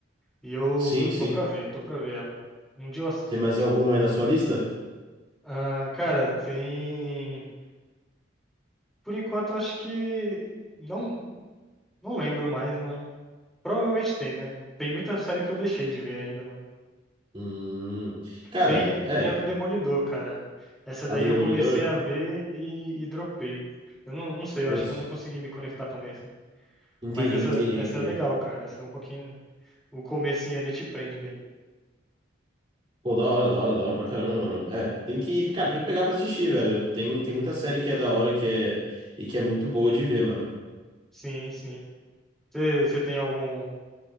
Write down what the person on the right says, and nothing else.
Sim, sim.
Tem mais alguma aí na sua lista?
Hum. Cara,
é.
A
do
Demolidor?
Putz.
Entendi,
entendi,
entendi.
Pô, da hora, da hora, da hora pra caramba, mano. É, tem que, cara, tem que pegar pra assistir, velho. Tem, tem muita série que é da hora que é, e que é muito boa de ver, mano.